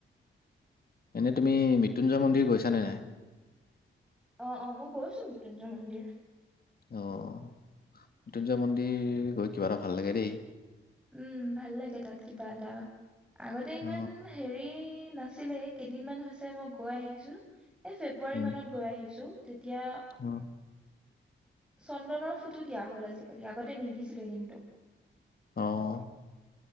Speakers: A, on the left; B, in the centre.
A: এনে তুমি মৃত্যুঞ্জয় মন্দিৰ গৈছানে নাই।
B: অ অ মই গৈছো মৃত্যুঞ্জয় মন্দিৰ
A: অ', মৃত্যুঞ্জয় মন্দিৰ গৈ কিবা এটা ভাল লাগে দেই।
B: উম, ভাল লাগে তাত কিবা এটা। আগতে ইমান
A: অ
B: হেৰি নাছিলে কেইদিনমান হৈছে মই গৈ আহিছো। এ ফেব্ৰুৱাৰী
A: উম
B: মানত গৈ আহিছো। তিয়া
A: অ
B: চন্দনৰ ফুটো দিয়া হ'ল আজিকালি আগতে নিদিছিলে কিন্তু।
A: অ',